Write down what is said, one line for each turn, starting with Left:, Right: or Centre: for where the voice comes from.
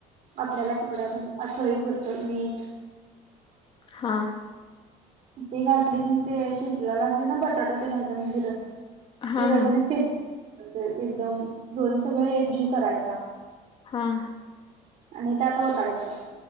Right: आपल्याला केवढं म्हणजे चवीपुरतं मीठ
Left: हा.
Right: ते घातले की म ते शिजलेला असते ना बटाटा त्यान एकदम जिरं ते
Left: हां,
Right: रवीने
Left: हां.
Right: फेट अस एकदम दोन सगळे एकजीव करायचा.
Left: हां.
Right: आणि त्यात ओतायचं